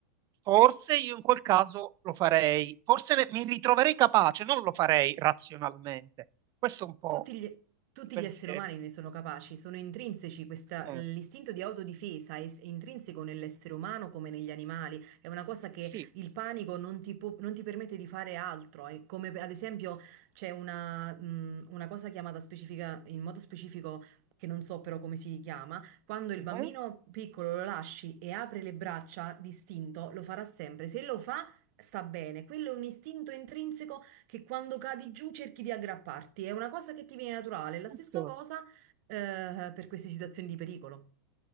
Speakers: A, on the right; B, on the right.
A: forse io in quel caso lo farei, forse ne- mi ritroverei capace, non lo farei razionalmente. Questo è un po'
B: Tutti gli, tutti
A: il pensiero.
B: gli esseri umani ne sono capaci, sono intrinseci, questa-
A: Eh,
B: l'istinto di autodifesa è, è intrinseco nell'essere umano come negli animali, è una cosa che
A: sì.
B: il panico non ti, può- non ti permette di fare altro, è come per- ad esempio c'è una, mh, una cosa chiamata specifica, in modo specifico, che non so però come si chiama, quando il
A: Mhm.
B: bambino piccolo lo lasci e apre le braccia d'istinto, lo farà sempre, se lo fa sta bene, quello è un istinto intrinseco che quando cadi giù cerchi di aggrapparti. È una cosa che ti viene naturale. La stessa
A: Certo.
B: cosa, eh, per queste situazioni di pericolo.